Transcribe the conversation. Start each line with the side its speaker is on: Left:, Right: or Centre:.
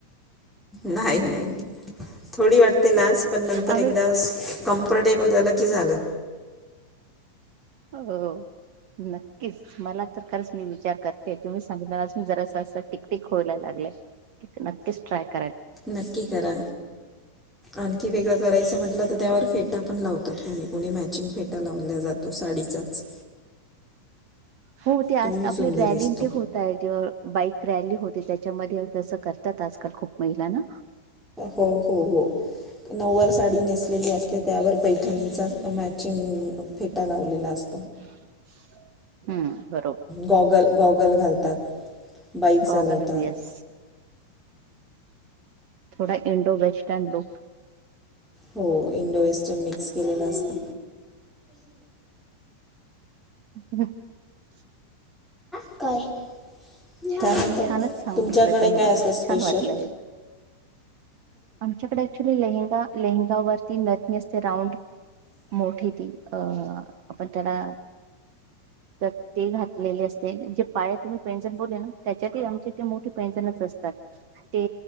Centre: नाही नाही. थोडी वाटते लाज पण नंतर
Right: आम्ही
Centre: एकदा कम्फर्टेबल झालं की झालं.
Right: हो! नक्कीच मला तर खरंच मी विचार करते, तुम्ही सांगितल्या पासून, जरासं अस टिकटक व्होयला लाग ल नक्कीच ट्रॅय करतीय.
Centre: नक्की करा, आणखी वेगळं करायचं म्हंटलं तर त्यावर फेटा पण लावतात कोणी. पुणे मॅचिंग फेटा लावल्या जातो साडीचाच.
Right: हो ते
Centre: तोही
Right: आज आपल्या
Centre: सुंदर
Right: रॅलींग
Centre: दिसतो.
Right: ते होत आहे जेव्हा बाईक. रॅली होते त्याच्यामध्ये तसं करतात आजकाल खूप महिला ना.
Centre: हो हो हो नववार साडी नेसलेली असते त्यावर पैठणीचा मॅचिंग फेटा लावलेला अस
Right: <inaudible> बरोबर
Centre: गॉगल, गॉगल घालतात. बाईक चालवतात.
Right: गॉगल येस थोडा इंडो वेस्टर्न लुक.
Centre: हो इंडो वेस्टन मिक्स केलेला असत.
Right: <inaudible>
Centre: <inaudible>
Right: छान,
Centre: काय म्हणतात
Right: छानच सांगितलं
Centre: तुमच्याकडे
Right: तुम्ही
Centre: काय
Right: मला
Centre: असतं स्पेशल?
Right: छान, वाटलं हे. आमच्याकडे ऍक्च्युली लेहगा लेहंगावरती नथनी असते, राऊंड मोठी ती अ आपण त्याला तर ते घातलेले असते म्ह जे पाया तुमी पैंजण बोले ना, त्याच्यातही आमचे ते मोठी पैंजनच अस ते